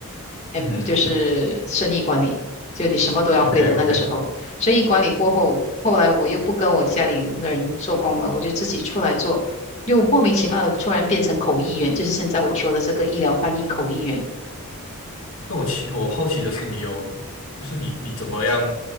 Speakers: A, on the left; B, on the left.
A: 嗯，
B: 嗯
A: 就是生意管理，就你什么都要会了。
B: ，OK，OK，OK。
A: 那个时候，生意管理过后，后来我又不跟我家里人做工了，我就自己出来做，又莫名其妙的突然变成口译员，就是现在我说的这个医疗翻译口译员。
B: 那我奇我好奇的是，你有就是你你怎么样？